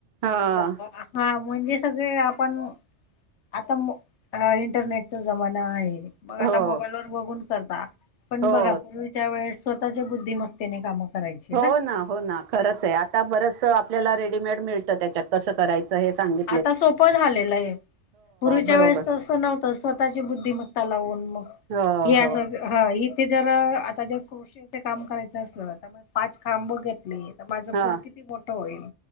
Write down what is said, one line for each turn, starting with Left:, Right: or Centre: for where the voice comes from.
Right: हा
Left: किंवा हां म्हणजे सगळें आपणं आंता इंटरनेटचा जमांना आहे मंग
Right: हो
Left: आंता मोबाईल वरं बघूंन करतां पणं
Right: हो
Left: बघां पूर्वीच्या वेळेस स्वंतःचे बुद्धीमगते नाहीं कामं करायची ना.
Right: हो नां हो नां खरंच आहे आंता बरंच आपल्यांला रेडीमेड मिळतं त्यांच्यात कसं करायचं हे सांगित
Left: आंता सोपं झालेलं आहे पूर्वीच्या
Right: बरोबर
Left: वेळेस तरं असं नव्हतं स्वंतःची बुद्धीमंत्ता त्यां लावूंन मंग
Right: हो
Left: हे असं
Right: हो
Left: हां इथे जरं आंता जरं कृषीच कामं करायचं असलं त्यामुळें पांच खांब बघतं नाहीं माझं
Right: हा
Left: फुलं किती मोठं होईल